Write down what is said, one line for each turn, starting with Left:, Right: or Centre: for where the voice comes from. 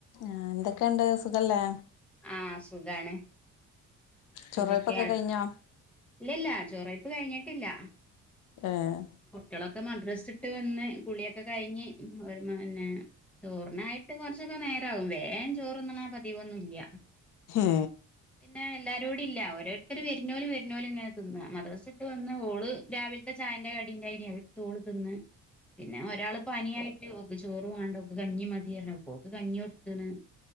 Left: ആ എന്തൊക്കെണ്ട് സുഖല്ലേ?
Centre: ആ സുഖാണ്.
Left: ചൊറൈപ്പൊക്കെ
Centre: എന്തൊക്കെയാ
Left: കയിഞ്ഞോ?
Centre: ഇല്ലല്ല ചൊറയിപ്പ് കഴിഞ്ഞിട്ടില്ല.
Left: ഏഹ്.
Centre: കുട്ടിളൊക്കെ മദ്രസ് ഇട്ട് വന്ന് കുളിക്കെ കയ്ഞ് ഒരു പിന്നെ ചോറിനായിട്ട് കൊറച്ചൊക്കെ നേരാവും വേ ചോറന്ന്ണ പതിവൊന്നുംല്ല്യ.
Left: ഹെ
Centre: പിന്നെ എല്ലാരൂടി ല്ല ഓരോര്ത്തര് വേര്ന്നോല് വെര്ന്നോല് ഇങ്ങനെ തിന്ന മദ്റസ്ട്ട് വന്ന ഓള് രാവിൽത്തെ ചായന്റെ കടീന്റെ ഏയ്നി അതെട്തോള് തിന്ന് പിന്നെ ഒരാള് പനിയായി് ഓക്ക് ചോറ് വാണ്ട ഓക് കഞ്ഞി മതിർണ് പ്പോക്ക് കഞ്ഞി ട്ത്ത്ണ്.